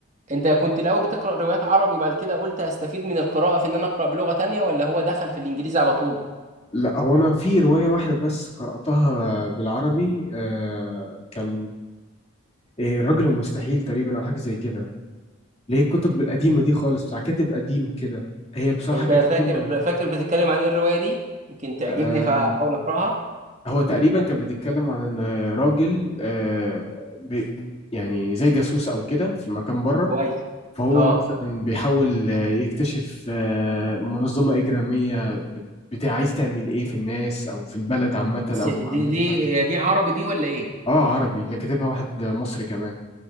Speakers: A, on the right; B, on the left.
A: انت كنت الاول بتقرا روايات عربي وبعد كده قلت هستفيد من القراءه في ان انا اقرا بلغه تانية ولا هو دخل في الانجليزي على طول
B: لا هو انا في روايه واحده بس قراتها بالعربي آه كان إيه الرجل المستحيل تقريبا او حاجه زي كده اللي هي الكتب القديمه دي خالص بتاع كاتب قديم كده هي بصراحه
A: انت
B: كانت
A: فاكر
B: حلوه أوي.
A: فاكر بتتكلم عن ايه الروايه دي يمكن تعجبني
B: آه
A: فاحاول اقراها
B: هو تقريبا كان بيتكلم عن ان راجل آه بي يعني زي جاسوس او كده في مكان بره
A: كويس
B: فهو
A: اه
B: مثلا بيحاول آه، يكتشف آه منظمه اجراميه بت- بتاع عايز تعمل ايه في الناس او في البلد عامه
A: س-
B: او
A: دي
B: عامه في
A: دي
B: حاجه
A: دي عربي دي ولا ايه
B: اه عربي اللي كاتبها واحد مصري كمان